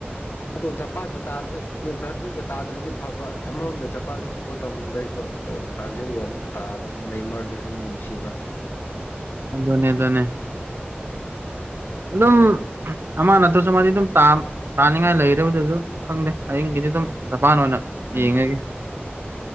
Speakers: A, on the left; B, on the right.
A: ꯑꯗꯨ ꯖꯥꯄꯥꯟꯒ ꯇꯥꯗ꯭ꯔꯦ <unintelligible> ꯕ꯭ꯔꯥꯖꯤꯜꯒ ꯇꯥꯗ꯭ꯔꯗꯤ ꯐꯥꯕ ꯑꯃꯔꯣꯝꯗ ꯖꯥꯄꯥꯟꯁꯨ ꯁꯞ ꯁꯥꯄꯣꯔꯠ ꯇꯧꯅꯤꯡꯕ ꯑꯩꯁꯨ ꯑꯗꯣ ꯕ꯭ꯔꯥꯖꯤꯜꯒ ꯑꯃꯨꯛ ꯇꯥꯕ ꯃꯨ ꯅꯩꯃꯥꯔꯗꯨꯁꯨ ꯑꯃꯨꯛ ꯅꯨꯡꯁꯤꯕ
B: ꯑꯗꯨꯅꯦ ꯑꯗꯨꯅꯦ ꯑꯗꯨꯝ ꯑꯃ ꯅꯠꯇ꯭ꯔꯁꯨ ꯑꯃꯗꯤ ꯑꯗꯨꯝ ꯇꯥꯝ ꯇꯥꯅꯤꯡꯉꯥꯏ ꯂꯩꯗꯕꯗꯨ ꯑꯗꯨꯝ ꯈꯪꯗꯦ ꯍꯥꯌꯦꯡꯒꯤꯗꯤ ꯑꯗꯨꯝ ꯖꯥꯄꯥꯟ ꯑꯣꯏꯅ
A: ꯎꯝ
B: ꯌꯦꯡꯉꯒꯦ꯫